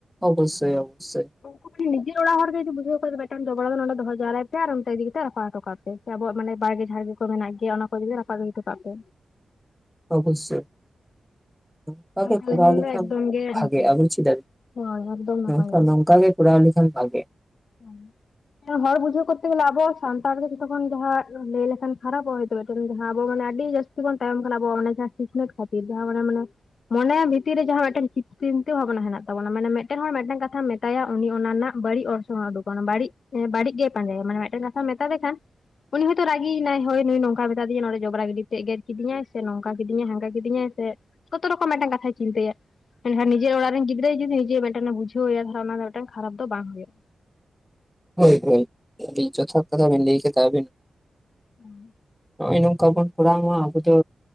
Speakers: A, in the centre; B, on the left (about 55°).
A: ᱚᱵᱚᱥᱥᱳᱭ ᱚᱵᱚᱥᱥᱳᱭ।
B: ᱩᱱᱠᱩ ᱠᱤ ᱱᱤᱡᱮᱨ ᱚᱲᱟᱜ ᱦᱚᱲ ᱜᱮ ᱡᱩᱫᱤ ᱵᱩᱡᱷᱟᱹᱣ ᱠᱚᱣᱟ, ᱡᱮᱢᱤᱫᱴᱷᱮᱱ ᱡᱚᱵᱨᱟ ᱫᱚ ᱱᱚᱰᱮ ᱫᱚᱦᱚ ᱡᱟᱣᱟᱭ ᱯᱮ ᱟᱨ ᱚᱱᱛᱮ ᱤᱫᱤ ᱠᱟᱛᱮ ᱨᱟᱯᱟᱜ ᱦᱚᱴᱚ ᱠᱟᱜ ᱯᱮ। ᱥᱮ ᱟᱵᱚᱣᱟᱜ ᱢᱟᱱᱮ ᱵᱟᱲᱜᱮ ᱡᱷᱟᱲ ᱜᱮ ᱠᱚ ᱢᱮᱱᱟᱜ ᱜᱮᱭᱟ ᱚᱱᱟ ᱠᱚ ᱤᱫᱤ ᱠᱟᱛᱮ ᱨᱟᱯᱟᱜ ᱜᱤᱰᱤ ᱦᱚᱴᱚ ᱠᱟᱜ ᱯᱮ।
A: ᱚᱵᱚᱥᱥᱳᱭ। ᱱᱚᱝᱠᱟ
B: ᱚᱱᱠᱟ
A: ᱜᱮ ᱠᱚᱨᱟᱣ ᱞᱮᱠᱷᱟᱱ
B: ᱫᱚ ᱮᱠᱫᱚᱢ ᱜᱮ
A: ᱵᱷᱟᱜᱮᱼᱟ
B: ᱱᱟᱯᱟᱭᱚᱜᱼᱟ
A: ᱰᱩᱢᱽ ᱠᱮᱫᱟ ᱵᱮᱱ?
B: ᱦᱳᱭ ᱮᱠᱫᱚᱢ ᱱᱟᱯᱟᱭᱚᱜᱼᱟ
A: ᱱᱚᱝᱠᱟ ᱱᱚᱝᱠᱟ ᱜᱮ ᱠᱚᱨᱟᱣ ᱞᱮᱠᱷᱟᱱ ᱵᱷᱟᱜᱮ।
B: <inaudible> ᱦᱚᱲ ᱵᱩᱡᱷᱟᱹᱣ ᱠᱚᱛᱮ ᱜᱮᱞᱮ, ᱟᱵᱚ ᱥᱟᱱᱛᱟᱲ ᱜᱮ ᱡᱷᱚᱛᱚ ᱠᱷᱚᱱ ᱡᱟᱦᱟᱸ ᱞᱟᱹᱭ ᱞᱮᱠᱷᱟᱱ ᱠᱷᱟᱨᱟᱯᱚᱜᱼᱟ ᱦᱳᱭ ᱛᱚ ᱠᱟᱹᱴᱤᱡ। ᱟᱵᱚ ᱢᱟᱱᱮ ᱟᱹᱰᱤ ᱡᱟᱥ ᱛᱤ ᱰᱚᱱ ᱛᱟᱭᱚᱢ ᱠᱟᱱᱟ ᱟᱵᱚ ᱚᱱᱮ ᱡᱟᱦᱟᱸ ᱥᱤᱠᱷᱱᱟᱹᱛ ᱠᱷᱟᱹᱛᱤᱨ ᱡᱟᱦᱟᱸ ᱢᱟᱱᱮ ᱢᱚᱱᱮ ᱵᱷᱤᱛᱤᱨ ᱨᱮ ᱡᱟᱦᱟᱸ ᱢᱤᱫᱴᱮᱱ ᱪᱤᱱᱛᱟᱹ ᱵᱷᱟᱵᱱᱟ ᱦᱮᱸᱱᱟᱜ ᱛᱟᱵᱚᱱᱟ, ᱢᱟᱱᱮ ᱢᱤᱫᱴᱮᱱ ᱦᱚᱲ ᱢᱤᱫᱴᱟᱝ ᱠᱟᱛᱷᱟ ᱢᱮ ᱢᱮᱛᱟᱭᱟ ᱩᱱᱤ ᱚᱱᱟ ᱨᱮᱱᱟᱜ ᱵᱟᱹᱲᱤᱡ ᱚᱨᱥᱚᱝ ᱮ ᱩᱰᱩᱠᱟ, ᱚᱱᱮ ᱵᱟᱹᱲᱤᱡ ᱵᱟᱹᱲᱤᱡ ᱜᱮᱭ ᱯᱟᱸᱡᱟᱭᱟ, ᱢᱟᱱᱮ ᱢᱤᱫᱴᱮᱱ ᱠᱟᱛᱷᱟᱢ ᱢᱮᱛᱟ ᱫᱮ ᱠᱷᱟᱱ ᱩᱱᱤ ᱦᱚᱭᱛᱳ ᱨᱟᱹᱜᱤᱭᱮᱱᱟᱭ ᱦᱳᱭ ᱱᱩᱭ ᱱᱚᱝᱠᱟᱟᱭ ᱢᱮᱛᱟ ᱫᱤᱧᱟᱭ ᱱᱚᱰᱮ ᱡᱚᱵᱽᱨᱟ ᱜᱤᱰᱤ ᱛᱮ ᱮᱜᱮᱨ ᱠᱤᱫᱤᱧᱟᱭ ᱥᱮ ᱱᱚᱝᱠᱟ ᱠᱤᱫᱤᱧᱟᱭ ᱦᱟᱝᱜᱟ ᱠᱤᱫᱤᱧᱟᱭ, ᱥᱮ ᱠᱚᱛᱚ ᱨᱚᱠᱚᱢ ᱢᱤᱫᱴᱟᱝ ᱠᱟᱛᱷᱟᱭ ᱪᱤᱱᱛᱟᱹᱭᱟ। ᱢᱮᱱᱠᱷᱟᱱ ᱱᱤᱡᱮᱨ ᱚᱲᱟᱜ ᱨᱮᱱ ᱜᱤᱫᱽᱨᱟᱹᱭ ᱡᱩᱫᱤ ᱤᱡᱮ ᱢᱤᱫᱴᱮᱱᱮ ᱵᱩᱡᱷᱟᱹᱣ ᱮᱭᱟ ᱛᱟᱦᱟᱞᱮ ᱚᱱᱟ ᱢᱤᱫᱴᱟᱝ ᱠᱷᱟᱨᱟᱯ ᱫᱚ ᱵᱟᱝ ᱦᱩᱭᱩᱜᱼᱟ।
A: ᱦᱳᱭ ᱦᱳᱭ, ᱟᱹᱰᱤ ᱡᱚᱛᱷᱟᱛ ᱠᱟᱛᱷᱟ ᱵᱤᱱ ᱞᱟᱹᱭ ᱠᱮᱫᱟ ᱟᱹᱵᱤᱱ।
B: <inaudible>
A: ᱱᱚᱜᱼᱚᱭ ᱱᱚᱝᱠᱟ ᱵᱚᱱ ᱠᱟᱨᱟᱣ ᱢᱟ ᱟᱵᱚ ᱫᱚ